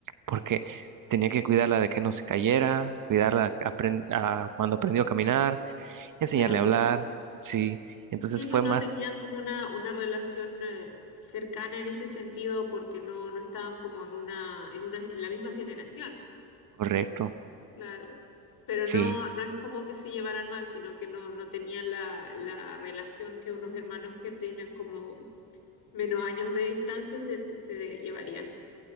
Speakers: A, on the right; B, on the left.
A: porque tenía que cuidarla de que no se cayera, cuidarla apren- a- cuando aprendió a caminar enseñarle
B: claro.
A: a hablar, sí. Entonces
B: Sí, pues
A: fue
B: no
A: más
B: tenían como una, una relación eh, cercana en ese sentido porque no, no estaban como en una, en una, en la misma generación.
A: correcto,
B: Claro. Pero
A: sí.
B: no, no es como que se llevaran mal, sino que no, no tenían la, la relación que unos hermanos que tienen como Menos años de distancia se, se llevarían.